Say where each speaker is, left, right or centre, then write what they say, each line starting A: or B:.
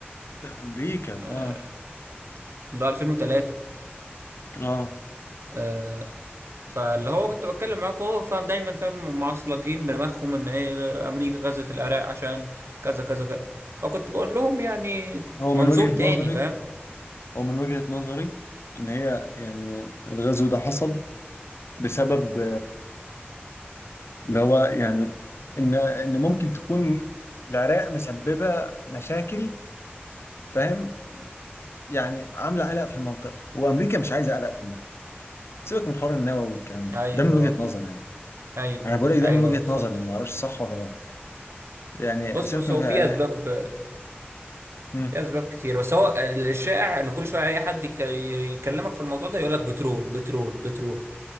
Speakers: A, on the left; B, on the right.
A: ده امريكا
B: آه،
A: اه
B: اللي هو 2003
A: اه
B: آه، فاللي هو كنت بتكلم معاه فهو فاهم دايما فاهم هم معصلجين دماغهم ان ايه امريكا غزت العراق عشان كذا كذا كذا فكنت بقول لهم يعني
A: هو
B: منظور
A: من وجهه
B: تاني
A: نظري
B: فاهم
A: هو من وجهه نظري ان هي يعني الغزو ده حصل بسبب اللي هو يعني ان ان ممكن تكون العراق مسببه مشاكل فاهم يعني عامله قلق في المنطقه وامريكا مش عايزه قلق في المنطقه سيبك من حوار النووي والكلام ده
B: ايوه
A: ده من وجهه نظر يعني
B: ايوه
A: انا بقول لك ده
B: ايوه
A: من وجهه
B: بالظبط
A: نظر انا ما اعرفش صح ولا غلط يعني
B: بص
A: سيبك
B: بص
A: من
B: هو
A: يعني
B: في اسباب
A: امم
B: في اسباب كتير بس هو الشائع ان كل شويه اي حد يك- يكلمك في الموضوع ده يقول لك بترول بترول بترول